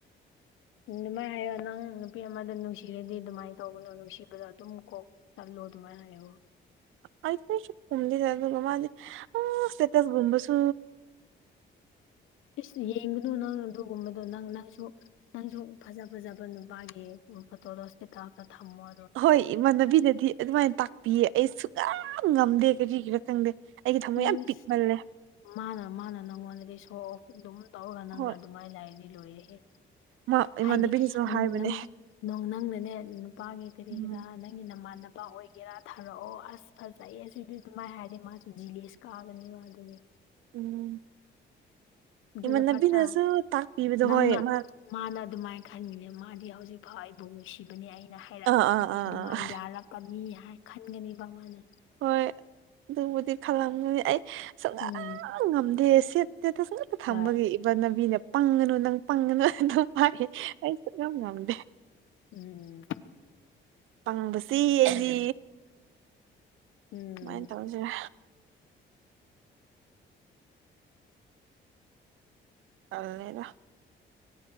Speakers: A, on the left; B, on the right.
A: ꯎ ꯑꯗꯨꯃꯥꯏꯅ ꯍꯥꯏꯌꯣ ꯅꯪ ꯅꯨꯄꯤ ꯑꯃꯗ ꯅꯨꯡꯁꯤꯔꯗꯤ ꯑꯗꯨꯃꯥꯏꯅ ꯇꯧꯕꯅꯣ ꯅꯨꯡꯁꯤꯕꯗꯣ ꯑꯗꯨꯝ ꯀꯣꯛ ꯆꯜꯣꯗ ꯃꯥꯣ
B: ꯑ ꯐꯁꯨ ꯈꯨꯝꯗꯤꯖ ꯑꯗꯨꯒ ꯃꯥꯗꯤ ꯑ ꯁꯇꯦꯇꯁ ꯨꯝꯕꯁꯨ
A: ꯏꯁ ꯌꯦꯡꯒꯅꯨ ꯅꯪ ꯑꯗꯨꯒꯨꯝꯕꯗꯣ ꯅꯪ ꯅꯪꯁꯨ ꯅꯪꯁꯨ ꯐꯖ ꯐꯖꯕꯅꯣ ꯃꯥꯦ ꯎ ꯐꯇꯣꯂꯁꯇꯥ ꯊꯝꯃ
B: ꯍꯣꯏ ꯏꯃꯥꯟꯅꯕꯤꯅꯗꯤ ꯑꯗꯨꯃꯥꯏꯅ ꯇꯥꯛꯄꯤꯌꯦ ꯑꯩ ꯁꯨꯛ ꯌꯥꯝꯝ ꯉꯝꯗꯦ ꯀꯔꯤꯒꯤꯔꯥ ꯈꯪꯗꯦ ꯑꯩꯒꯤ ꯊꯃꯣꯏ
A: ꯏꯁ
B: ꯌꯥꯝ ꯄꯤꯛꯃꯜꯂꯦ
A: ꯃꯥꯅ ꯃꯥꯅ ꯅꯪꯉꯣꯟꯗꯗꯤ ꯁꯣ ꯑꯣꯐ ꯑꯗꯨꯝ ꯇꯧꯔꯒ ꯅꯪꯅ
B: ꯍꯣꯏ
A: ꯑꯗꯨꯃꯥꯏꯅ ꯂꯥꯏꯔꯤꯗꯤ ꯂꯣꯏꯔꯑꯦ
B: ꯃꯥ ꯏꯃꯥꯟꯅꯕꯤꯅꯁꯨ
A: ꯍꯥꯏꯗꯤ
B: ꯍꯥꯏꯕꯅꯦ
A: ꯅ ꯅ ꯅꯪꯅꯅꯦ ꯅꯨꯄꯥꯒꯤ ꯀꯔꯤꯒꯤꯔꯥ
B: ꯎꯝ
A: ꯅꯪꯒꯤ ꯅꯃꯥꯟꯅ ꯂꯄꯥ ꯑꯣꯏꯒꯦꯔꯥ ꯊꯥꯔꯛꯑꯣ ꯑꯁ ꯐꯖꯩꯌꯦ ꯑꯁꯤꯗꯤ ꯑꯗꯨꯃꯥꯏ ꯍꯥꯏꯔꯗꯤ ꯃꯥꯁꯨꯦ ꯖꯤꯂꯦꯁ ꯀꯥꯒꯅꯤꯕ ꯑꯗꯨꯒꯤ
B: ꯎꯝ
A: ꯑꯗꯨꯅ
B: ꯏꯃꯥꯟꯅꯕꯤꯅꯁꯨ
A: ꯐꯠꯇ꯭ꯔꯥ
B: ꯇꯥꯛꯄꯤꯕꯗꯣ
A: ꯅꯪꯅ
B: ꯍꯣꯏ ꯃꯥ
A: ꯃꯥꯅ ꯑꯗꯨꯃꯥꯏꯅ ꯈꯟꯉꯤꯅꯦ ꯃꯥꯗꯤ ꯍꯧꯖꯤꯛ ꯐꯥꯎ ꯑꯩꯕꯨ ꯅꯨꯡꯁꯤꯕꯅꯦ ꯑꯩ ꯑꯅ ꯍꯥꯏꯔꯛꯑꯗꯤ
B: ꯑꯥ ꯑꯥ
A: ꯑꯗꯨ
B: ꯑꯥ
A: ꯑꯗꯨꯃꯥꯏ
B: ꯑꯥ
A: ꯌꯥꯔꯛꯄꯅꯤ ꯍꯥꯏ ꯈꯟꯒꯅꯦꯕ ꯃꯥꯅ
B: ꯍꯣꯏ ꯑꯗꯨꯕꯨꯗꯤ ꯈꯜꯂꯝꯅꯤꯅꯤ ꯑꯩ ꯁꯨꯡ
A: ꯎꯝ
B: ꯉꯝꯗꯦ ꯁꯦꯠꯁꯦ ꯇꯁ ꯉꯇ ꯊꯝꯕꯒꯤ
A: ꯍꯣꯏ
B: ꯏꯕꯅꯕꯤꯅ ꯄꯪꯉꯅꯨ ꯅꯪ ꯄꯪꯉꯅꯨ ꯍꯥꯏꯗꯝ ꯑ ꯑꯩꯁꯨ ꯉꯝ ꯉꯝꯗꯦ
A: ꯎꯝ
B: ꯄꯪꯕꯁꯤ
A: ꯎꯝ
B: ꯑꯩꯗꯤ
A: ꯎꯝ
B: ꯀꯃꯥꯏꯅ ꯇꯧꯁꯤꯔ ꯇꯜꯂꯦꯗꯥ